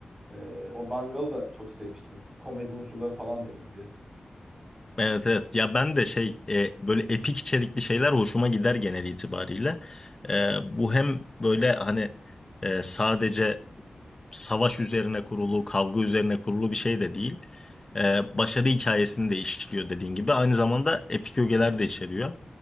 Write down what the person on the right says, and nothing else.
Ee, o Dangal'ı da çok sevmiştim. Komedi unsurları falan da iyiydi.